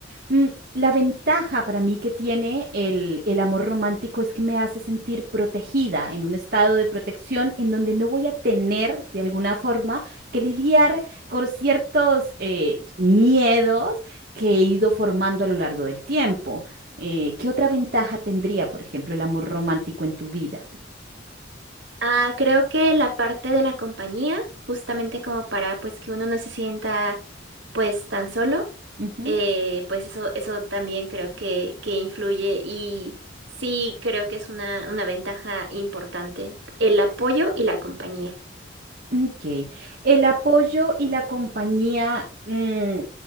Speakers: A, on the right (about 50°); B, on the right (about 75°).
A: Mm, La ventaja para mí que tiene el, el amor romántico es que me hace sentir protegida en un estado de protección en donde no voy a tener de alguna forma que lidiar con ciertos eh, miedos que he ido formando a lo largo del tiempo. Eh, ¿qué otra ventaja tendría, por ejemplo, el amor romántico en tu vida?
B: Ah, creo que la parte de la compañía, justamente como para pues que uno no se sienta pues tan solo,
A: Vivi?
B: eh, pues eso, eso también creo que, que influye y sí creo que es una, una ventaja importante, el apoyo y la compañía.
A: Ok. El apoyo y la compañía, mm,